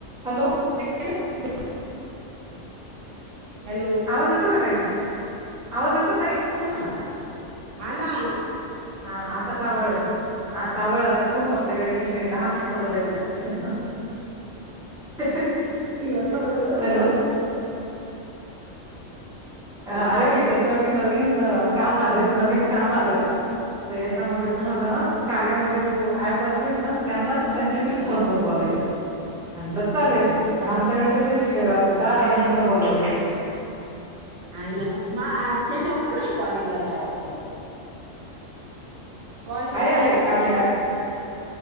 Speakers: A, in the centre; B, on the right.
A: Hello
B: <unintelligible> hello
A: आवाज येतो का ताई आवाज येतो ताई?
B: न आता आला आ
A: हा आता चावळ आहे. हा आवळ आता खूप आपल्याकडे विषय दहा मिनिटं बोलायचय आपल्याला <unintelligible>
B: वा <unintelligible> खबर
A: हॅलो अरे
B: का बरं
A: की याच्यावरती नवीन काम आलेय नवीन काम आलंय तर याच्यामध्ये तुम्हाला
B: हा
A: कार्यामध्ये जो ऍप असेल ना त्यांच त्यांच्याशीच
B: हा
A: फोनवर बोलायचं म्हंटलं चालेल
B: हा
A: मग आमच्याकडे तर विषय राहत दहा दहा मिनिटं बोलायचं.
B: आईला मग मा त्याच्यावर कुठ कॉलिंगला जायला पणती कॉलिंगला
A: आहे
B: जायला
A: कार्य
B: कुठे आहे ते